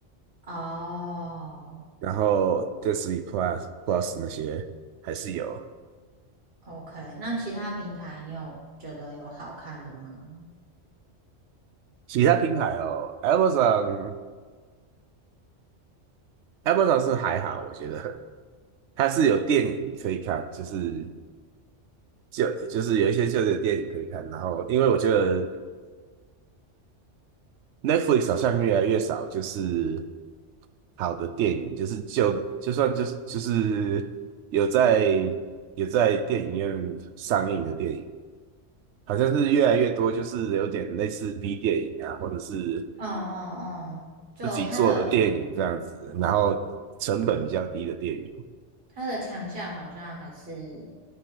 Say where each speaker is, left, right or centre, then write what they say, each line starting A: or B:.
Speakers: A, on the right (about 50°); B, on the right (about 75°).
A: 哦
B: 然后 Disney Plus Plus 那些还是有
A: ，OK，那其他平台你有觉得有好看的吗？
B: 其他平台哦。Amazon Amazon 是还好，我觉得它是有电影可以看，就是旧就是有一些旧的电影可以看。然后因为我觉得 Netflix 好像越来越少，就是好的电影，就是就就算就是就是有在有在电影院上映的电影，好像是越来越多，就是有点类似 B 电影啊，或者是
A: 嗯嗯嗯，就它的
B: 自己做的电影这样子，然后成本比较低的电影。
A: 它的强项好像还是